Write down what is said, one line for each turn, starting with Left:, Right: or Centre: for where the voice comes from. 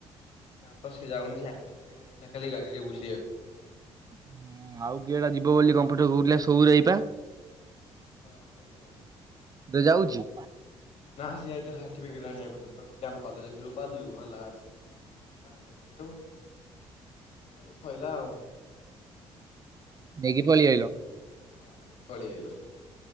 Left: ନା ତ ସେ ଯାଉନି ଏକାଗଲା ଗାଡି ରେ ବୁଲି ବାକୁ।
Right: ହଁ ଆଉ କିଏଟା ଯିବ ବୋଲି କମ୍ପ୍ୟୁଟର କହୁଥିଲା ସଉରାଇ ପା।
Left: ହଁ ସବୁ ଯାଇ।
Right: ସେ ଯାଉଛି।
Left: ନା ସେ ଯାଇଥିଲା ସାର୍ଟିଫିକେଟ୍ ଆଣିବାକୁ ଆମ କଲେଜ ଭିତକୁ ପଲୁ ହେଲା ସେ ସାର୍ଟିଫିକେଟ ନେଇ ଆଇଲୁ ନେଇ ଆଇଲୁ ଶୋଇଲା ଆଉ।
Right: ନେଇେକି ପଳେଇ ଆଇଲୋ।
Left: ହଁ ନେଇକି ପଳେଇ ଆଇଲୁ